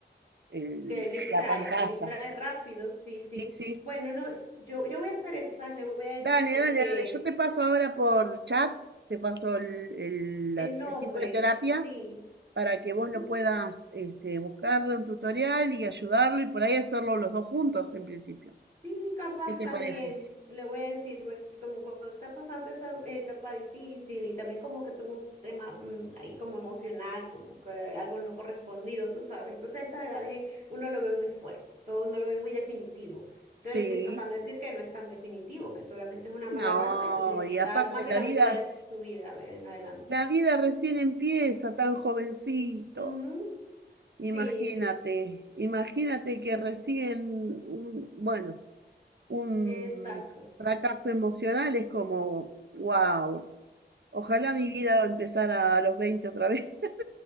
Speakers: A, on the right; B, on the right.
A: el-
B: Que distrae,
A: la pantalla.
B: que distrae rápido, sí, sí.
A: Sí, sí.
B: Bueno, no, yo, yo voy a hacer eso, ¿sabes? Le voy a decir
A: Dale,
B: porque
A: dale, dale. Yo te paso ahora por chat, te paso el, el- la-
B: el nombre,
A: el tipo de terapia
B: sí.
A: para que vos
B: Ujú.
A: lo puedas este, buscarle un tutorial y ayudarlo y por ahí hacerlo los dos juntos en principio.
B: Sí, capaz
A: ¿Qué te
B: también,
A: parece?
B: le voy a decir, güey, como cuando está pasando toda esa etapa difícil y también como que tuvo un tema mm, ahí como emocional, como que algo no correspondido, tú sabes. Entonces a esas edades uno lo ve muy fuerte, todo uno lo ve muy definitivo. Entonces
A: Sí,
B: le estoy tratando de decir que no es tan definitivo, que solamente es una
A: no,
B: mala racha y le
A: y
B: queda
A: aparte
B: más
A: la
B: de la
A: vida,
B: mitad de su vida en adelante.
A: la vida recién empieza tan jovencito.
B: Ujú, Sí,
A: Imagínate,
B: sí, sí,
A: imagínate que recién un, bueno, un
B: exacto.
A: fracaso emocional es como, wow, ojalá mi vida empezara a los 20 otra vez. <laughs>